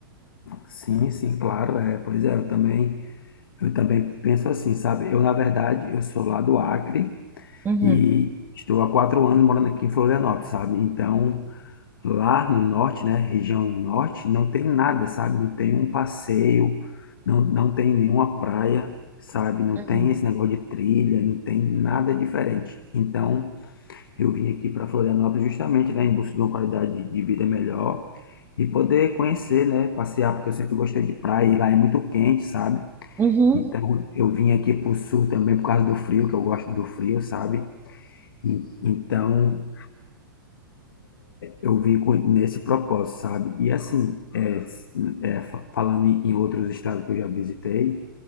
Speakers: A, on the left; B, on the right.
A: Sim, sim, claro, é. Pois é, eu também, eu também penso assim, sabe? Eu, na verdade, eu sou lá do Acre
B: Uhum,
A: e estou há quatro anos morando aqui em Florianópolis, sabe? Então, Lá no norte, né, região norte, não tem nada, sabe? Não tem um passeio, não, não tem nenhuma praia, sabe? Não
B: uhum,
A: tem esse negócio de trilha, não tem nada diferente. Então, eu vim aqui para Florianópolis justamente, né, em busca de uma qualidade de vida melhor e poder conhecer, né, passear, porque eu sempre gostei de praia e lá é muito quente, sabe?
B: uhum,
A: Então, eu vim aqui para o sul também por causa do frio, que eu gosto do frio, sabe? E- Então, eu vim com- nesse propósito, sabe? E assim, é, s- é, fa- falando em em outros estados que eu já visitei,